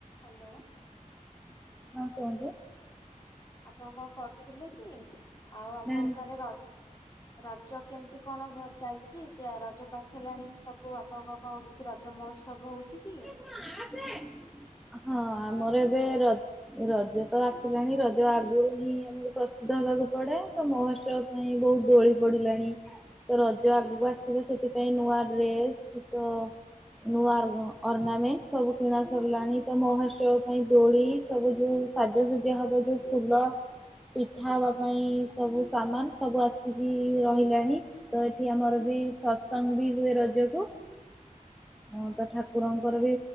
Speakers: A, on the left; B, in the centre.
A: ହାଲୋ।
B: ହଁ କୁହନ୍ତୁ?
A: ଆପଣ କଣ କରୁଥିଲେ କି ଆଉ ଆପଣଙ୍କ
B: ମ୍ୟାମ୍
A: ଆଡେ ର ରଜ କେମିତି କଣ ଚାଲିଛି କି ରଜ ପାଖେଇ ଲାଣି ସବୁ ଆପଣଙ୍କ କଣ କିଛି ରଜ ମହୋତ୍ସବ ହଉଛି କି?
B: ହଁ ଆସେ ହଁ ଆମର ଏବେ ର ରଜ ତ ଆସିଲାଣି ରଜ ଆଗରୁ ହିଁ ଆମକୁ ପ୍ରସ୍ତୁତ ହେବାକୁ ପଡେ ତ ମହୋତ୍ସବ ପାଇଁ ବହୁତ ଦୋଳି ପଡିଲାଣି। ତ ରଜ ଆଗକୁ ଆସିବ ସେଥିପାଇଁ ନୂଆ ଡ୍ରେସ୍ ତ ନୂଆର ଅର୍ଣ୍ଣାମେଣ୍ଟସ୍ ସବୁ କିଣା ସରିଲାଣି ତ ମହୋତ୍ସବ ପାଇଁ ଦୋଳି ସବୁ ଯୋଉ ସାଜସଜା ହବ ଯୋଉ ଫୁଲ ପିଠା ହବା ପାଇଁ ସବୁ ସାମାନ ସବୁ ଆସିକି ରହିଲାଣି। ତ ଏଠି ଆମର ବି ସତସଙ୍ଗ୍ ବି ହୁଏ ରଜକୁ ହଁ ତ ଠା ଠାକୁରଙ୍କର ବି